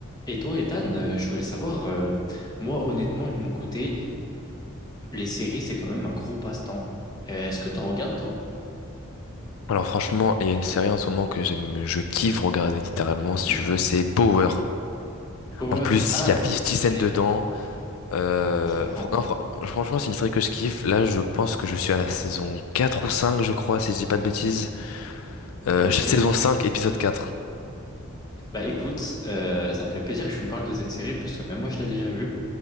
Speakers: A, on the left; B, on the left.
A: Et toi, Ethan, euh, je voulais savoir, euh, moi, honnêtement, de mon côté, les séries, c'est quand même un gros passe-temps. Euh, est-ce que t'en regardes, toi?
B: Alors franchement, il y a une série en ce moment que j'aime, je kiffe regarder littéralement, si
A: Hmm
B: tu veux, c'est Power.
A: Power.
B: En plus,
A: Ah,
B: il y a 50 Cent
A: ok,
B: dedans. Euh,
A: je comprends.
B: fr- non, fr- franchement, c'est une série que je kiffe. Là, je pense que je suis à la saison 4 ou 5, je crois, si je dis pas de bêtises. Euh,
A: Ok,
B: saison 5, épisode 4.
A: bah écoute, euh, ça me fait plaisir que tu me parles de cette série parce que même moi, je l'ai déjà vue.